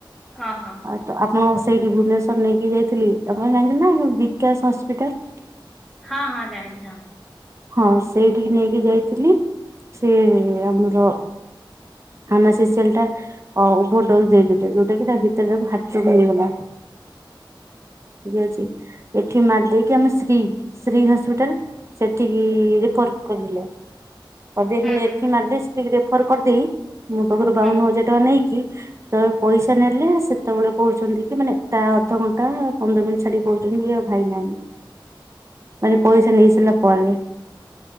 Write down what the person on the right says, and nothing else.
ତ ଆପଣ ସେଇଠି ଭୁବନେଶ୍ଵର ନେଇକି ଯାଇଥିଲି, ଆପଣ ଜାଣିଛୁ ନା ବିକାଶ ହସ୍ପିଟାଲ
ହଁ ସେଇଠିକି ନେଇକି ଯାଇଥିଲି, ସେ ଆମର ଆମ ସେଷଲଟା ଅ ଓଭରଡୋଜ ଦେଇଦେଇଥିଲେ, ଯୋଉଟା କି ତା ଭିତରେ ହାଟଚୋକ ହେଇଗଲା। ଠିକ ଅଛି, ଏଠି ମାର ଦେଇକି ଆମେ ଶ୍ରୀ ଶ୍ରୀ ହସ୍ପିଟାଲ ସେଠିକି ରେଫର କରିଦେଲେ, କରିଦେଇଲେ
ଏଠି
ମାରିଦେ ସେଠିକି ରେଫର କରିଦେଇ ମୋ ପାଖରୁ ବାଉନ
ହଜାର ଟଙ୍କା ନେଇକି ସେତେବେଳେ ପଇସା ନେଲେ ସେତେବେଳେ କହୁଛନ୍ତି କି ମାନେ ତା ଅଧଘଣ୍ଟା ପନ୍ଦର ମିନିଟ ଛାଡି କହୁଛନ୍ତି ଆଉ ଭାଇ ନାହାନ୍ତି, ମାନେ ପଇସା ନେଇ ସାରିଲା ପରେ।